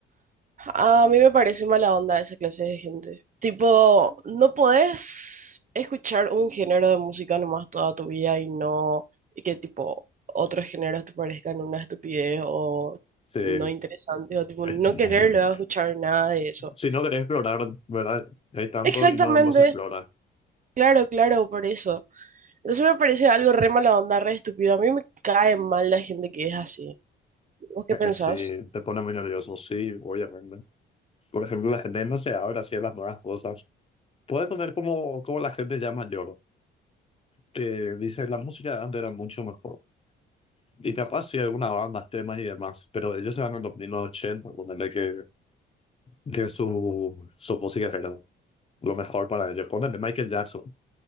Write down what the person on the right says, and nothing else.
A mí me parece mala onda esa clase de gente. Tipo, no podés escuchar un género de música nomás toda tu vida y no, y que tipo otros géneros te parezcan una estupidez o
no interesante o tipo
no querer luego escuchar nada de eso.
Exactamente,
claro, claro, por eso. Eso me parece algo re mala onda, re estúpido. A mí me cae mal la gente que es así. ¿Vos qué pensás?